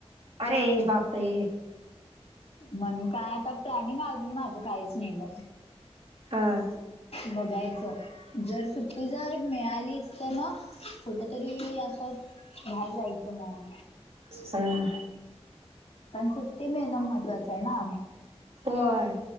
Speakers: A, on the right; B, on the left.
A: अरे बापरे
B: म्हणून काय आता प्लॅनिंग अजून माझं काहीच नाही बघ.
A: हां
B: बघायचं जर सुट्टी जर मिळालीच तर ना कुठ तरी असं बाहेर जायचं मग
A: ह
B: पण सुट्टी मिळणं महत्त्वाचं आहे ना
A: होय,